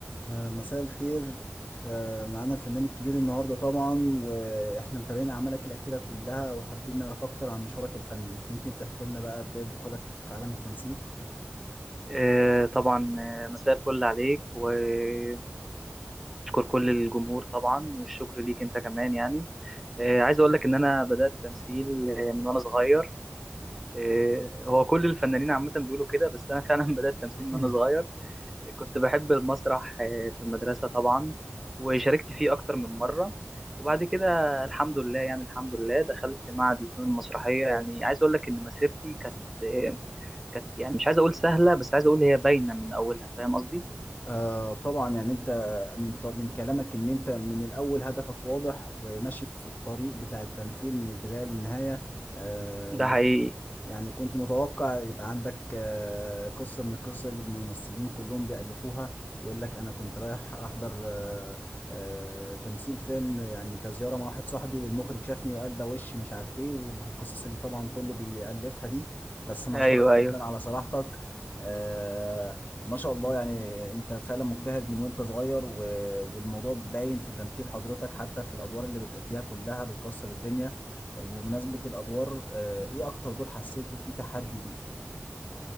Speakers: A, on the left (about 40°); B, in the centre.
A: آه، مساء الخير آه، معانا الفنان الكبير النهارده طبعا واحنا متابعين اعمالك الاخيره كلها وحابين نعرف اكتر عن مشوارك الفني ممكن تحكي لنا بقى بدايه دخولك في عالم التمثيل
B: آه، طبعا آه، مساء الفل عليك وبشكر كل الجمهور طبعا والشكر ليك انت كمان يعني آه، عايز اقول لك ان انا بدأت تمثيل آه، من وانا صغير آه، هو كل الفنانين عامة بيقولوا كده بس انا فعلا <laughs> بدأت تمثيل من
A: <laughs>
B: وانا صغير كنت بحب المسرح آه، في المدرسة طبعا وشاركت فيه اكتر من مرة وبعد كده الحمد لله يعني الحمد لله دخلت معهد الفنون المسرحية يعني عايز اقول لك ان مسيرتي كانت آه، كانت يعني مش عايز اقول سهلة بس عايز اقول هي باينة من اولها فاهم قصدي
A: آه طبعا يعني انت من ط- من كلامك ان انت من الاول هدفك واضح وماشي في الطريق بتاع التمثيل من البدايه للنهايه آه
B: ده حقيقي
A: يعني كنت متوقع يبقى عندك آه، قصة من القصص اللي الممثلين كلهم بيألفوها يقول لك أنا كنت رايح أحضر آه، آه، تمثيل فيلم يعني كزيارة مع واحد صاحبي والمخرج شافني وقال ده وش مش عارف إيه والقصص اللي طبعا كله بيألفها دي بس أنا
B: ايوه
A: أشكرك جدا
B: ايوه
A: على صراحتك آه، ما شاء الله يعني أنت فعلا مجتهد من وأنت صغير و- والموضوع باين في تمثيل حضرتك حتى في الأدوار اللي بتأديها كلها بتكسر الدنيا بمناسبة الأدوار آه، إيه أكتر دور حسيته فيه تحدي ليك؟